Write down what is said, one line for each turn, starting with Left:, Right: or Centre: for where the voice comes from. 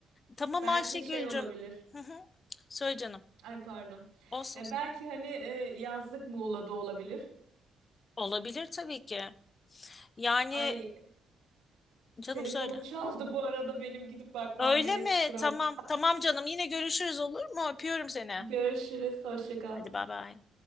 Left: Tamam
Right: Belki
Left: Ayşegül'cüm.
Right: şey olabilir.
Left: Hı hı. Söyle canım.
Right: Ay pardon.
Left: Olsun.
Right: E, belki hani e, yazlık Muğla'da olabilir.
Left: Olabilir tabii ki. Yani
Right: Ay
Left: canım
Right: telefonum
Left: söyle.
Right: çaldı bu arada benim gidip bakmam
Left: Öyle
Right: gerek
Left: mi?
Right: kusura
Left: Tamam.
Right: bakma.
Left: Tamam canım. Yine görüşürüz olur mu? Öpüyorum seni.
Right: Görüşürüz. Hoşça kal.
Left: Hadi bay bay.